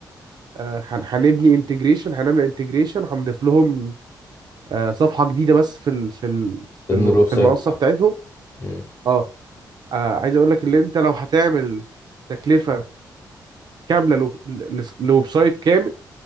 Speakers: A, on the right (about 55°); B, on the left (about 30°).
A: آه، هن- هنبني انتجريشن هنعمل انتجريشن هنضيف لهم آه، صفحه جديده بس في ال في ال في
B: ضمن
A: ال
B: الويب
A: في
B: سايت
A: المنصه
B: بتاعهم
A: بتاعتهم
B: مم.
A: اه آه، عايز اقول لك ان انت لو هتعمل تكلفه كامله لو- ل- لويب سايت كامل